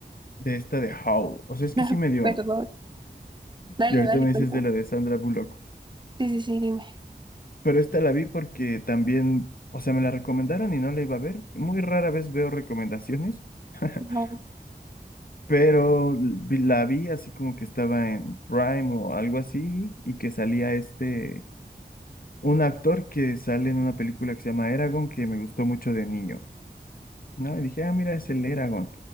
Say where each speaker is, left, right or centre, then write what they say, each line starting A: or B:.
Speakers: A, on the left; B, on the right.
A: de esta de Howl. O sea, es
B: <laughs>
A: que sí me dio...
B: Perdón. Dale,
A: Y ahorita
B: dale,
A: me
B: cuéntame.
A: dices de la de Sandra Bullock.
B: Sí, sí, sí, dime.
A: Pero esta la vi porque también, o sea, me la recomendaron y no la iba a ver. Muy rara vez veo recomendaciones. <laughs>
B: No.
A: Pero vi- la vi así como que estaba en Prime o algo así y que salía este... un actor que sale en una película que se llama Eragon, que me gustó mucho de niño, ¿no? Y dije, ah, mira, es el Eragon,